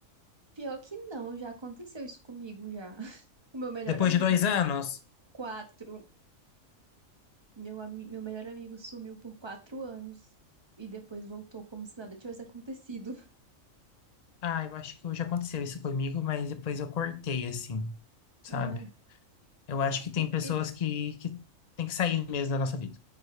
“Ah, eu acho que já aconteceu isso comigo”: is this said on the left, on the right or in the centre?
Left